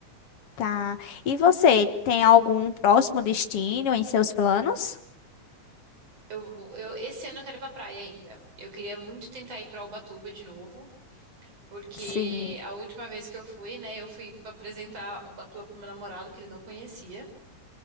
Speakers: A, on the left; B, on the right.
A: Tá. E você, tem algum próximo destino em seus planos?
B: Eu, vou- eu, esse ano eu quero ir pra praia ainda. Eu queria muito tentar ir pra Ubatuba de novo. Porque
A: Sim.
B: a última vez que eu fui, né, eu fui pra apresentar o Batuba pro meu namorado, que ele não conhecia.